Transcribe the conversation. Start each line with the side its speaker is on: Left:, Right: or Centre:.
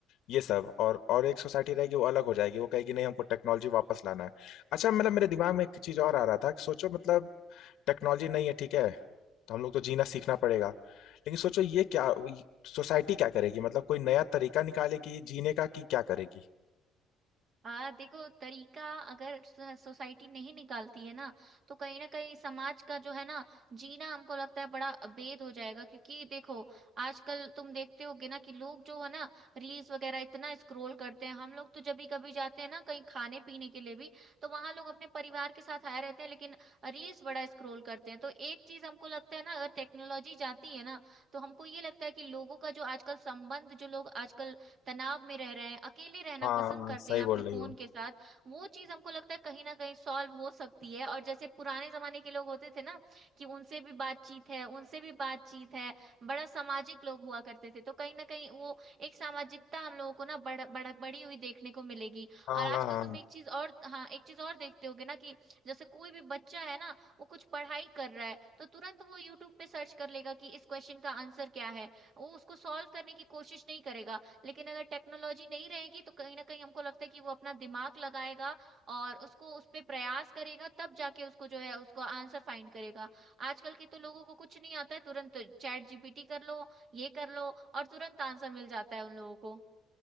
Left: ये सब और और एक सोसाइटी रहेगी वो अलग हो जाएगी वो कहेगी नहीं हमको टेक्नोलॉजी वापस लाना है अच्छा मतलब मेरे दिमाग में एक चीज और आ रहा था कि सोचो मतलब टेक्नोलॉजी नहीं है ठीक है तो हम लोग तो जीना सीखना पड़ेगा लेकिन सोचो ये क्या सोसाइटी क्या करेगी मतलब कोई नया तरीका निकालेगी जीने का कि क्या करेगी
Right: हाँ देखो तरीका अगर सोसाइटी नहीं निकालती है ना तो कहीं ना कहीं समाज का जो है ना जीना हमको लगता है बड़ा अबेद हो जाएगा क्योंकि देखो आजकल तुम देखते होगे ना कि लोग जो है ना रील्स वगैरह इतना स्क्रोल करते हैं हम लोग तो जब भी कभी जाते हैं ना कहीं खाने पीने के लिए भी तो वहां लोग अपने परिवार के साथ आए रहते हैं लेकिन रील्स बड़ा स्क्रोल करते हैं तो एक चीज हमको लगता है ना अगर टेक्नोलॉजी जाती है ना तो हमको ये लगता है कि लोगों का जो आजकल संबंध जो लोग आजकल तनाव में रह रहे हैं अकेले रहना
Left: हाँ
Right: पसंद
Left: हाँ
Right: करते
Left: सही
Right: हैं अपने
Left: बोल रही
Right: फोन
Left: हो
Right: के साथ वो चीज हमको लगता है कहीं ना कहीं सॉल्व हो सकती है और जैसे पुराने जमाने के लोग होते थे ना कि उनसे भी बातचीत है उनसे भी बातचीत है बड़ा सामाजिक लोग हुआ करते थे तो कहीं ना कहीं वो एक सामाजिकता हम लोगों को ना बड़, बड़, बड़ी हुई देखने को मिलेगी
Left: हाँ
Right: और आजकल
Left: हाँ हाँ
Right: तुम एक चीज और हाँ एक चीज और देखते होगे ना कि जैसे कोई भी बच्चा है ना वो कुछ पढ़ाई कर रहा है तो तुरंत वो यूट्यूब पे सर्च कर लेगा कि इस क्वेश्चन का आंसर क्या है वो उसको सॉल्व करने की कोशिश नहीं करेगा लेकिन अगर टेक्नोलॉजी नहीं रहेगी तो कहीं ना कहीं हमको लगता है कि वो अपना दिमाग लगाएगा और उसको उस पे प्रयास करेगा तब जाके उसको जो है उसको आंसर फाइंड करेगा आजकल के तो लोगों को कुछ नहीं आता है तुरंत चैट जीपीटी कर लो ये कर लो और तुरंत आंसर मिल जाता है उन लोगों